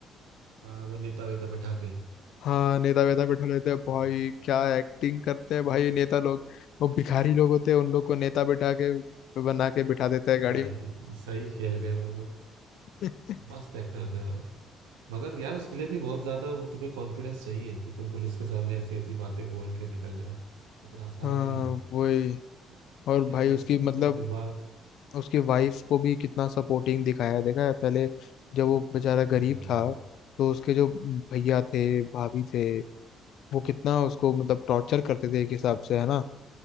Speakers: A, on the right; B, on the left.
A: हाँ वो नेता वेता बैठा के
B: हाँ नेता वेता बैठा लेते हैं
A: हाँ,
B: भाई क्या एक्टिंग करते हैं भाई नेता लोग वो भिखारी लोग होते हैं उन लोग को नेता बैठा के बना के बिठा देता है गाड़ी
A: भाई
B: में
A: सही खेल गए वो लोग
B: <laughs>
A: मस्त एक्टर थे वो। मगर यार उसके लिए भी बहुत ज्यादा वो तुम्हें कॉन्फिडेंस चाहिए कि तुम पुलिस के सामने ऐसी ऐसी बातें बोल के निकल जाओ इतना आसान
B: हाँ
A: नहीं है
B: वही
A: बट जो
B: और
A: किया
B: भाई
A: है उसने
B: उसकी
A: मतलब
B: मतलब
A: दिमाग
B: उसकी वाइफ को भी कितना सपोर्टिंग दिखाया है, देखा है पहले जब वो बेचारा गरीब
A: हाँ
B: था तो उसके जो भैया थे भाभी थे वो कितना उसको मतलब टॉर्चर करते थे एक हिसाब से है ना